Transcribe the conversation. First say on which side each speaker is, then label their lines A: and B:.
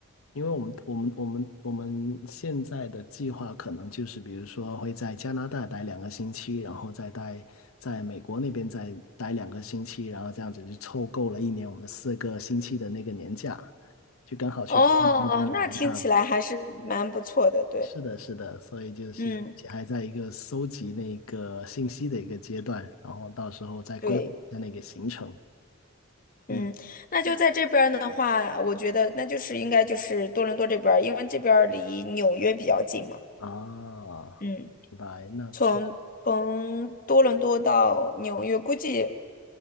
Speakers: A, on the left; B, on the left.
A: 因为我们我们我们我们现在的计划可能就是，比如说会在加拿大待两个星期，然后再待在美国那边再待两个星期，然后这样子就凑够了一年我们四个星期的那个年假，就刚好去北美那边玩一趟。
B: 哦，那听起来还是蛮不错的，对。
A: 是的，是的，所以就是还在一个搜集那个信息的一个阶段，
B: 嗯，
A: 然后到时候再规划一下那个行程。
B: 对。
A: 嗯，
B: 嗯，那就在这边儿的话，我觉得那就是应该就是多伦多这边儿，因为这边儿离纽约比较近嘛。
A: 啊，
B: 嗯，
A: 明白，那确实，
B: 从从多伦多到纽约，估计